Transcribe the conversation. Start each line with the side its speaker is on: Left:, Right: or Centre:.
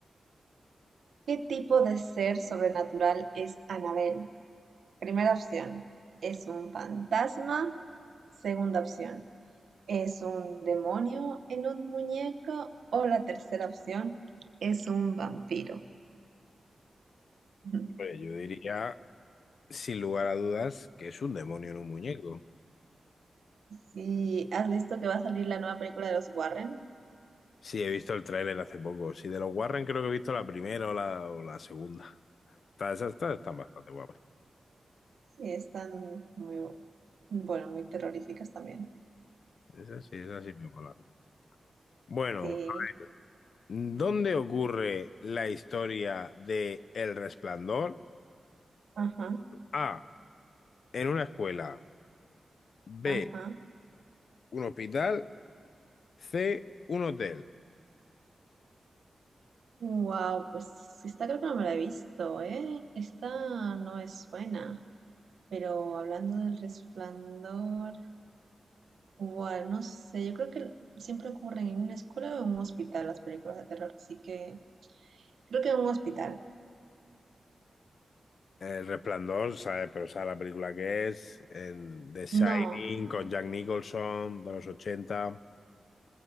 Right: ¿qué tipo de ser sobrenatural es Anabel? Primera opción, ¿es un fantasma? Segunda opción, ¿es un demonio en un muñeco? O la tercera opción, ¿es un vampiro? <laughs>
Left: Hombre, yo diría, sin lugar a dudas, que es un demonio en un muñeco.
Right: Sí, ¿has visto que va a salir la nueva película de los Warren?
Left: Sí, he visto el tráiler hace poco. Sí, de los Warren creo que he visto la primera o la, o la segunda. Está- Esas esas están bastante guapas.
Right: Sí, están muy, bu- bueno, muy terroríficas también.
Left: Esas sí, esas sí me molaron. Bueno,
Right: Sí,
Left: a ver. ¿Dónde ocurre la historia de El Resplandor?
Right: ajá,
Left: A. En una escuela. B.
Right: ajá.
Left: Un hospital. C. Un hotel.
Right: Wow, pues esta creo que no me la he visto, ¿eh? Esta no es buena. Pero hablando del resplandor, wow, no sé, yo creo que siempre ocurren en una escuela o en un hospital las películas de terror, así que creo que en un hospital.
Left: El Resplandor, ¿sabes? Pero sabes la película que es. El The Shining
Right: No,
Left: con Jack Nicholson de los 80.